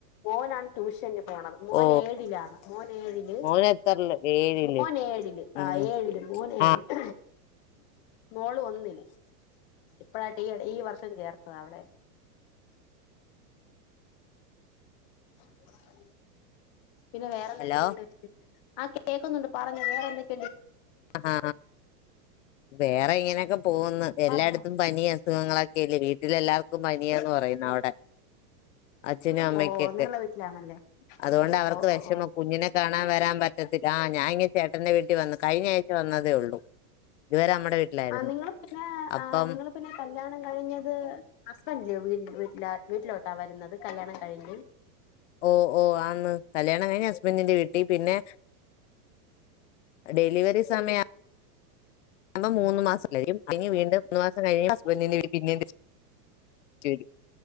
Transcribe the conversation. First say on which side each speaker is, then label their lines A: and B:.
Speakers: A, on the left (about 35°); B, on the left (about 50°).
A: മോനാണ് ട്യൂഷന് പോണത് മോനെഴിലാണ്
B: ഓ
A: മോന് ഏഴില്
B: മോന് എത്രയില് ഏഴില്
A: മോൻ ഏഴില് ആ
B: ഉം
A: ഏഴില് മോൻ ഏഴില്
B: ആഹ്
A: മോൾ ഒന്നില് ഇപ്പഴായിട്ട് ഈ ഈ വർഷം ചേർത്തത അവടെ ആ ആ പിന്നെ വേറെ എന്തൊക്കെയുണ്ട്
B: ഹലോ
A: ആ കേക്കുന്നുണ്ട് പറഞ്ഞത് വേറെന്തക്കെ
B: ആ വേറെ ഇങ്ങനെയൊക്കെ പോകന്ന് എല്ലായിടത്തും
A: പറഞ്ഞോ
B: പനിയ അസുഖങ്ങളൊക്കെല്ല വീട്ടി ൽ എല്ലാവർക്കും പനിയാന്ന് പറയുന്നു അവിടെ അച്ഛനും അമ്മക്കൊക്കെ
A: ഓ നിങ്ങളെ വീട്ടിലാണല്ലേ
B: അതുകൊണ്ട് അവർക്ക്
A: ഓ
B: വിഷമം
A: ഓ ഓ
B: കുഞ്ഞിനെ കാണാൻ വരാൻ പറ്റത്തില്ല ആ ഞാൻ ഇങ്ങ് ചേട്ടന്റെ വീട്ടിൽ വന്നു കഴിഞ്ഞ ആഴ്ച വന്നതേ ഉള്ളൂ ഇതുവരെ നമ്മുടെ വീട്ടിലായിരുന്നു
A: ആ നിങ്ങള് പിന്നെ
B: അപ്പം
A: ആ നിങ്ങള് പിന്നെ കല്യാണം കഴിഞ്ഞത് ഹസ്ബന്റിന്റെ വീട്ടി വീട്ടി വീട്ടിലോട്ടാ വരുന്നത് കല്യാണം കഴിഞ്ഞ്
B: ഓ ഓ ആന്ന് കല്യാണം കഴിഞ്ഞ് ഹസ് ബന്റിന്റെ വീട്ടിൽ പിന്നെ ഡെലിവറി സമയം
A: ഉം
B: നമ്മ മൂന്ന് മാസം കഴിയും പിന്നെ വീണ്ടും മൂന്ന് മാസം കഴിഞ് ഹസ്ബന്റിന്റെ വീട്ടിക്ക് പിന്നെയും തിരിച്ചു വരും